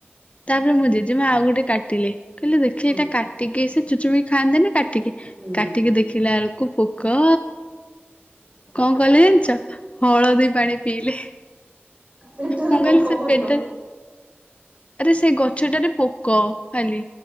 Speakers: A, on the left; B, on the right.
A: ତାପରେ ମୋ ଜେଜେମା ଆଉ ଗୋଟେ କାଟିଲେ କହିଲେ ଦେଖି
B: ହୁଁ
A: ଏଇଟା କାଟିକି ସେ ଚୁଚୁମି କି ଖାଆନ୍ତିନି କାଟିକି,
B: ହୁଁ
A: କାଟିକି ଦେଖିଲା ବୁଳୁକୁ କ କଣ କଲେ ଜାଣିିଛ ହଳଦୀ ପାଣି ପିଇଲେ।
B: ପେଟରେ
A: ମୁଁ କହିଲି
B: ପୋକ
A: ସେ
B: ମରିବ।
A: ପେଟରେ ଆରେ ସେ ଗଛଟାରେ ପୋକ ଖାଲି।